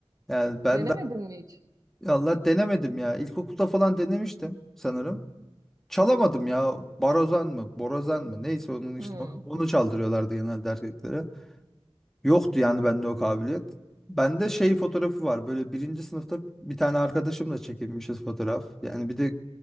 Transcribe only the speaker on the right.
denemedin
mi hiç?
Hmm,